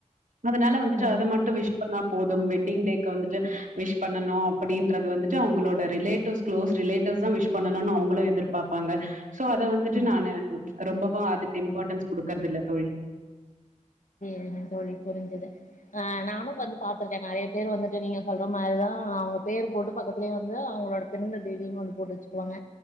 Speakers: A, on the right (about 85°); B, on the left (about 75°).
A: அதுனால வந்துட்டு அத
B: ம்
A: மட்டும் விஷ் பண்ணா போதும் வெட்டிங் டேக்கு வந்துட்டு விஷ் பண்ணணு அப்டின்றது வந்து ட்டு அவுங்களோட ரிலேட்டிவ்ஸ் க்ளோஸ் ரிலேட்டிவ்ஸ் தான் விஷ் பண்ணணுன்னு அவுங்களு எதிர்ப்பாப்பாங்க சோ அத வந்துட்டு
B: ம்
A: நானு ரொம்பவும் அதுக்கு இம்பார்ட்டன்ஸ் குடுக்கறதில்ல தோழி
B: இல்லைங் தோழி புரிஞ்சுது அ நானு வந்து பாத்துருக்கேன் நெறைய பேர் வந்துட்டு நீங்க சொல்ற மாரிதான் அவுங்க பேர் போட்டு பக்கத்துலே வந்து அவுங்களோட பிறந்த தேதியு கொண்டு போட்டு வச்சுக்குவாங்க